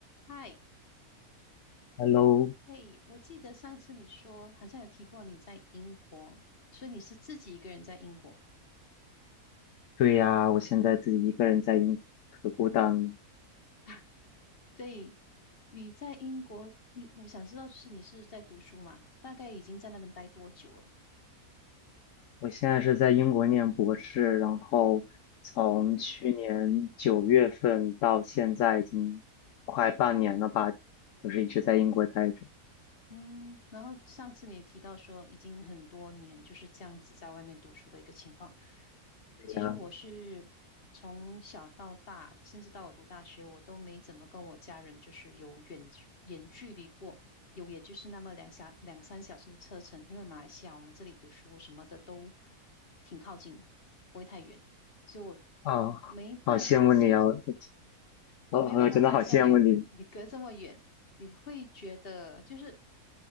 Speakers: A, on the left (about 40°); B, on the left (about 65°).
A: 嗨，
B: Hello，
A: 嘿，我记得上次你说好像有提过你在英国，所以你是自己一个人在英国，
B: 对呀，我现在自己一个人在英国，可孤单了。
A: <laughs> 所以你在英国，你我想知道就是你是在读书嘛？大概已经在那边待多久了？
B: 我现在是在英国念博士，然后从去年九月份到现在已经快半年了吧，
A: 嗯
B: 就是一直在英国待着。
A: 嗯，然后上次你也提到说，已经很多年就是这样子在外面读书的一个情况。
B: 对呀，
A: 其实我是从小到大，甚至到我读大学，我都没怎么跟我家人就是有远远距离过，有也就是那么两小两三小时的车程，因为马来西亚我们这里读书什么的都挺靠近的，不会太远，所以我
B: 啊，
A: 没办法想象。
B: 好羡慕你啊，我
A: 我没办法想象，
B: 我我真的好羡慕你。
A: 诶，你隔这么远，你不会觉得就是